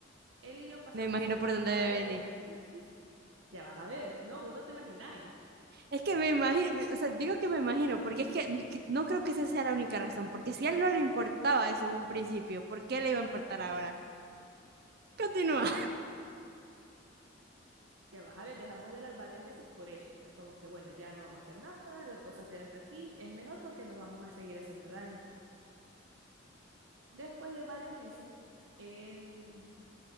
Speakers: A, on the right (about 80°); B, on the right (about 50°).
A: Él y yo pasamos
B: Me imagino
A: como
B: por
A: que
B: dónde debe
A: varios...
B: venir.
A: <laughs> Ya vas a ver, no, vos no te imagináis.
B: Es que me imagino, o sea, digo que
A: <laughs>
B: me imagino, porque es que ni- que- no creo que esa sea la única razón, porque si a él no le importaba eso en un principio, ¿por qué le iba a importar ahora? Continúa.
A: Ya vas a ver, dejamos de hablar varios meses por eso, pues como que bueno, ya no vamos a hacer nada, la cosa queda hasta aquí, es mejor porque nos vamos a seguir haciendo daño. Después de varios meses, él,